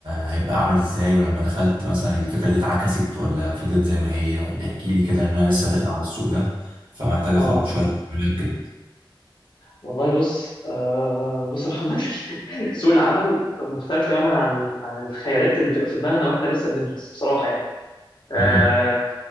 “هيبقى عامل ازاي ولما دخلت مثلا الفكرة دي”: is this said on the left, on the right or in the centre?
Right